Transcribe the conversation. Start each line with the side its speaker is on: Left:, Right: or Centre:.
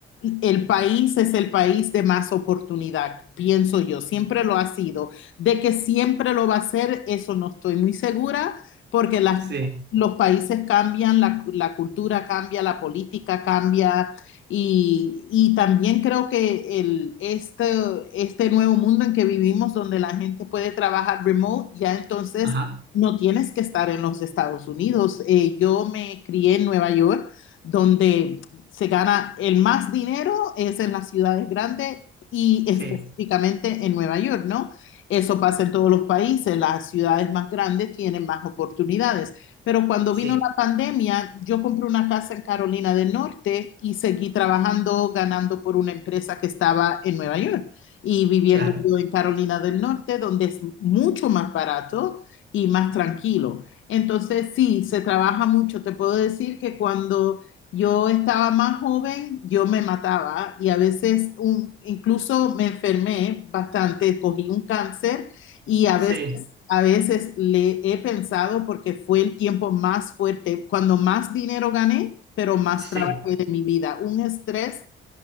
Left: el país es el país de más oportunidad, pienso yo, siempre lo ha sido. De que siempre lo va a ser, eso no estoy muy segura, porque las-
Right: Sí,
Left: los países cambian, la, la cultura cambia, la política cambia, y, y también creo que el, este, este nuevo mundo en que vivimos, donde la gente puede trabajar remote, ya entonces
Right: ajá,
Left: no tienes que estar en los Estados Unidos. Eh, yo me crié en Nueva York, donde se gana el más dinero es en las ciudades grandes y específicamente
Right: sí,
Left: en Nueva York, ¿no? Eso pasa en todos los países, las ciudades más grandes tienen más oportunidades. Pero cuando
Right: sí,
Left: vino la pandemia, yo compré una casa en Carolina del Norte y seguí trabajando, ganando por una empresa que estaba en Nueva York y viviendo
Right: claro,
Left: yo en Carolina del Norte, donde es mucho más barato y más tranquilo. Entonces, sí, se trabaja mucho. Te puedo decir que cuando yo estaba más joven, yo me mataba y a veces un- incluso me enfermé bastante, cogí un cáncer y a
Right: sí,
Left: veces, a veces le he pensado porque fue el tiempo más fuerte, cuando más dinero gané, pero más
Right: sí,
Left: trabajé de mi vida. Un estrés